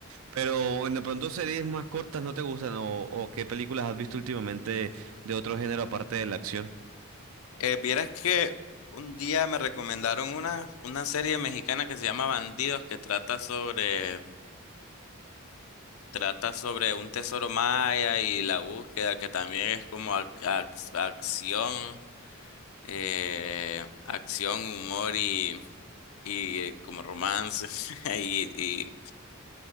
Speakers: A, on the right; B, on the left.
A: Pero bueno, de pronto series más cortas no te gustan o, o qué películas has visto últimamente de otro género aparte de la acción.
B: Eh, vieras que un día me recomendaron una, una serie mexicana que se llama Bandidos, que trata sobre, trata sobre un tesoro maya y la búsqueda, que también es como ac- ac- acción, eh, acción, humor y, y eh, como romance. <laughs> Y, y